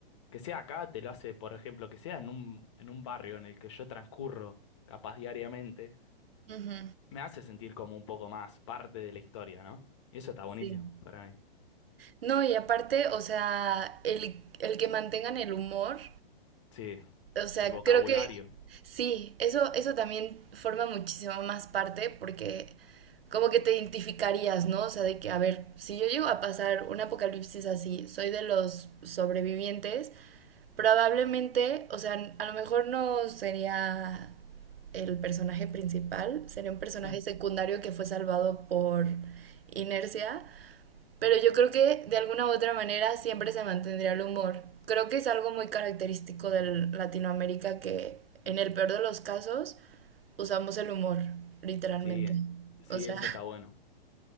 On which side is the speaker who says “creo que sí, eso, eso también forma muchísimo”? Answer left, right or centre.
Right